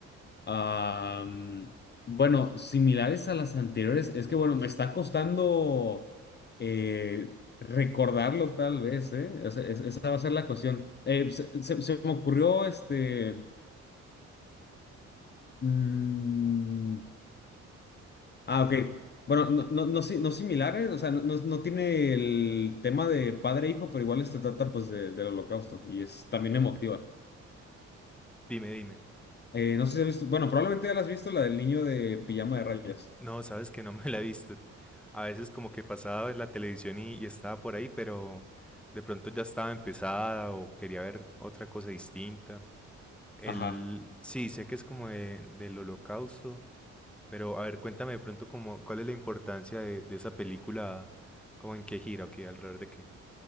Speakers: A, on the left (about 35°); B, in the centre.
A: Am, bueno, similares a las anteriores, es que bueno, me está costando eh, recordarlo tal vez, ¿eh? O sea, es- esa va a ser la cuestión. Eh, se, se- se me ocurrió este... mm, ah, ok. Bueno, no, no, no, si- no similares, o sea, no, no- no tiene el tema de padre e hijo, pero igual se trata pues de- del holocausto y es también emotiva.
B: Dime, dime.
A: Eh, no sé si has visto, bueno, probablemente ya la has visto, la del niño de pijama de rayas.
B: No, sabes que no me la he visto. A veces como que pasaba en la televisión y, y estaba por ahí, pero de pronto ya estaba empezada o quería ver otra cosa distinta. El,
A: Ajá.
B: sí, sé que es como de- del holocausto. Pero a ver, cuéntame de pronto como, cuál es la importancia de, de esa película, como en qué gira, ok, alrededor de qué.